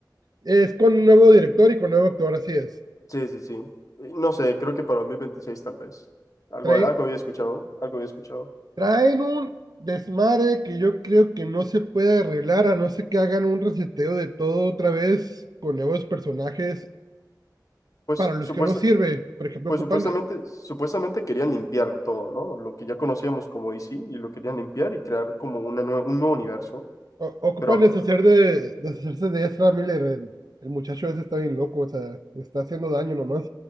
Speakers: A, on the right; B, on the left.
A: Es con un nuevo director y con nuevo actor, así es.
B: Sí, sí, sí. Eh, No sé, creo que para 2026 tal vez. Algo,
A: Traen,
B: algo había escuchado, algo había escuchado.
A: traen un desmadre que yo creo que no se puede arreglar a no ser que hagan un reseteo de todo otra vez con nuevos personajes
B: Pues,
A: para los
B: supuesta,
A: que no sirve. Por ejemplo,
B: pues
A: ocupan
B: supuestamente, supuestamente querían limpiar todo, ¿no? Lo que ya conocíamos como DC y lo querían limpiar y crear como una nue- un nuevo universo.
A: O- Ocupan
B: Pero
A: deshacer de, deshacerse de Ezra Miller. El, el muchacho ese está bien loco, o sea, le está haciendo daño nomás.